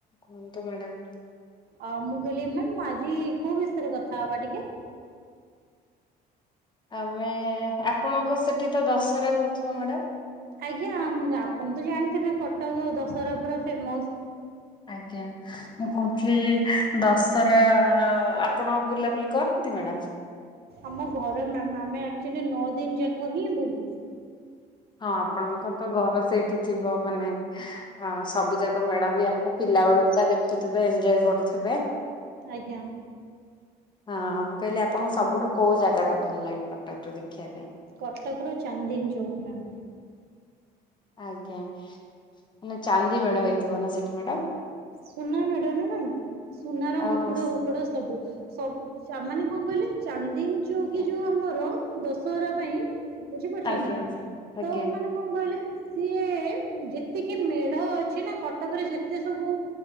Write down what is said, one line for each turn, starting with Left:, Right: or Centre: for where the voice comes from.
Left: କୁହନ୍ତୁ ମେଡ଼ାମ୍।
Right: ଅ ମୁଁ କହିଲି ମେମ୍ ଆଜି କୋଉ ବିଷୟରେ କଥା ହବା ଟିକେ।
Left: ଆମେ ଆପଣଙ୍କ ସେଠି ତ ଦଶରା ହଉଥିବ ମେଡାମ୍?
Right: ଆଜ୍ଞା ଆମ୍ ଆପଣ ତ ଜାଣିଥିବେ କଟକ ଦଶହରା ପୁରା ଫେମସ୍।
Left: ଆଜ୍ଞା। ମୁଁ
Right: ଆଜ୍ଞା
Left: କହୁଥିଲି ଦଶରା ଆପଣ ବୁଲାବୁଲି କରନ୍ତି ମେଡ଼ାମ୍?
Right: ଆମ ଘରେ ମେମ୍, ଆମେ ଆକ୍ଚୁଆଲି ନଅ ଦିନ୍ ଯାକ ହିଁ ବୁଲୁ।
Left: ହଁ ଆପଣଙ୍କ ତ ଘର ସେଇଠି ଥିବ ମାନେ ଅ ସବୁ ଯାକ ମେଢ଼ ବି ଆପଣ ପିଲା ବେଳୁ ତ ଦେଖୁଥିବେ ଏନ୍ଜୟ କରୁଥିବେ।
Right: ଆଜ୍ଞା।
Left: ହଁ ମୁଁ କହିଲି ଆପଣଙ୍କୁ ସବୁଠୁ କୋଉ ଜାଗା ଟା ଭଲ ଲାଗେ କଟକର ଦେଖିଆ ପାଇଁ?
Right: କଟକର ଚାନ୍ଦିନ୍ ଚୌକ୍ ମେମ୍।
Left: ଆଜ୍ଞା ମାନେ ଚାନ୍ଦି ମେଢ ହେଇଥିବ ନା ସେଠି ମେଡାମ୍
Right: ସୁନା ମେଢ଼ ନା ମେମ୍ ସୁନାର
Left: ଆଉ
Right: ମୁକୁଟ
Left: ହଉ
Right: ଫୁକୁଟ ସବୁ ସବୁ <unintelligible> ମାନେ କନ୍ କହିଲେ ଚାନ୍ଦିନ୍ ଚୌକି
Left: ଆଜ୍ଞା।
Right: ଯୋଉ ଆମର ଦଶହରା ପାଇଁ ବୁଝିପାରୁଚନ୍ତି
Left: ଆଜ୍ଞା
Right: ନା
Left: ଆଜ୍ଞା
Right: ତ ମାନେ କନ୍ କହିଲେ ସିଏ ଯେତିକି ମେଢ଼ ଅଛି ନା କଟକରେ ଯେତେ ସବୁ